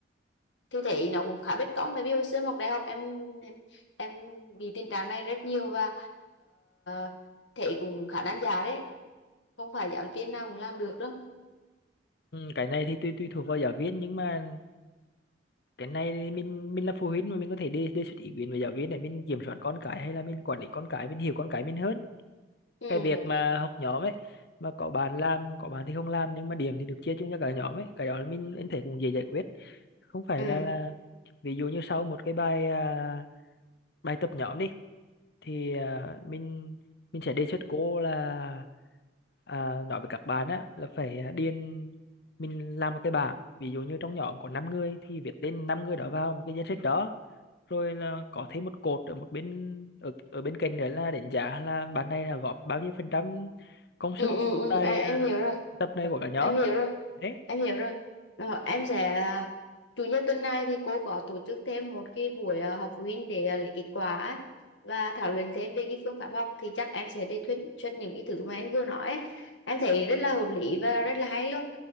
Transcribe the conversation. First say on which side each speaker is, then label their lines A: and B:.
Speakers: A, on the left; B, on the left.
A: thì thấy nó cũng khá bất công bởi vì hồi xưa em học đại học em em em bị tình trạng này rất nhiều và uh, thấy cũng khá nan giải đấy không phải giảng viên nào cũng làm được đâu
B: ừ, cái này thì tùy tùy thuộc vào giáo viên nhưng mà cái này thì mình mình là phụ huynh mà mình có thể đi đề xuất ý kiến với giáo viên để mình kiểm soát con cái hay là mình quản lý con cái mình hiểu con cái mình hơn
A: ừ. ừ
B: cái việc mà học nhóm ấy mà có bạn làm có bạn thì không làm nhưng mà điểm thì được chia chung cho cả nhóm ấy cái đó là mình anh thấy cũng dễ giải quyết không phải
A: ừ
B: là là ví dụ như sau một cái bài à, bài tập nhóm đi thì à, mình mình sẽ đề xuất cô là à, nói với các bạn á là phải à, điền mình làm một cái bảng ví dụ như trong nhóm có 5 người thì viết tên 5 người đó vào một cái danh sách đó rồi là có thêm một cột ở một bên ở, ở bên cạnh nữa là đánh giá là bạn này là góp bao nhiêu phần trăm công
A: ừ
B: sức
A: ừ
B: vào
A: ừ.
B: tại
A: em,
B: à,
A: em hiểu rồi
B: tập này của cả nhóm
A: em hiểu rồi
B: đấy
A: em hiểu rồi Ờ, em sẽ à, chủ nhật tuần này thì cô có tổ chức thêm một cái buổi à, họp phụ huynh để à, lấy kết quả á, và thảo luận thêm về cái phương pháp học thì chắc em sẽ đi thuyết xuất những cái thứ mà em vừa nói ấy. em thấy rất là hợp lý và rất là hay luôn